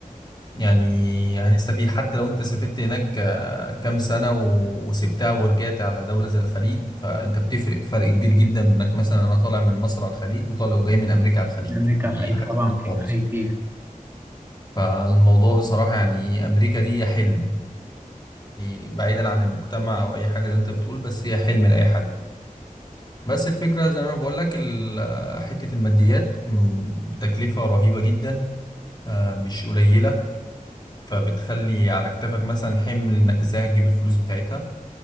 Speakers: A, on the left; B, on the right.
A: يعني هتستفيد حتى لو انت سافرت هناك آه، كام سنة و- وسبتها ورجعت على دولة زي الخليج فانت بتفرق فرق كبير جدا ما- مثلا انا طالع من مصر على الخليج وطالع وجاي من امريكا على الخليج
B: أمريكا
A: دي
B: الخليج
A: حاجة
B: طبعا
A: تانية
B: في
A: خالص
B: فرق كبير
A: فالموضوع بصراحة يعني امريكا دي حلم يعني بعيدا عن المجتمع او اي حاجة زي ما انت بتقول بس هي حلم لأي حد بس الفكرة زي ما انا بقول لك ال- آه، حتة الماديات م، بتكلفة رهيبة جدا آه، مش قليلة فبتخلي على كتافك مثلا حمل انك ازاي هتجيب الفلوس بتاعتها